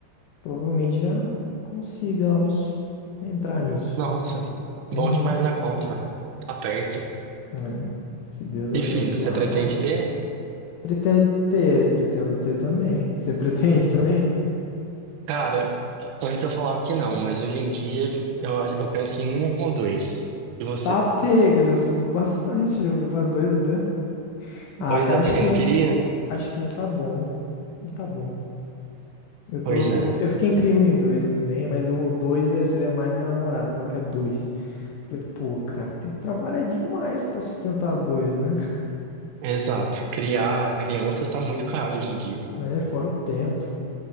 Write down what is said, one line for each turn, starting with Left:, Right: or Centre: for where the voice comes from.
Left: provavelmente já consigamos entrar nisso.
Right: Nossa,
Left: Uhum,
Right: bom demais na conta, velho. Tá perto.
Left: é. Se Deus
Right: E
Left: abençoar
Right: filhos, você pretende
Left: nós.
Right: ter?
Left: Pretendo ter, pretendo ter também. Você pretende <laughs> também?
Right: Cara, antes eu falava que não, mas hoje em dia eu, acho- eu penso em um ou dois. E você?
Left: Tá pega, já subiu bastante, já foi pra dois até. Ah,
Right: Pois
Left: cara,
Right: é, pra
Left: acho
Right: quem
Left: que
Right: não
Left: um,
Right: queria?
Left: acho que um tá bom, um tá bom. Eu tô,
Right: Pois é.
Left: eu fiquei entre um e dois também, mas o dois é, seria mais minha namorada, que ela quer dois. Eu Falei, pô, cara, tem que trabalhar demais pra sustentar dois, né? <laughs>
Right: Exato. Criar crianças tá muito caro hoje em dia.
Left: Né? Fora o tempo.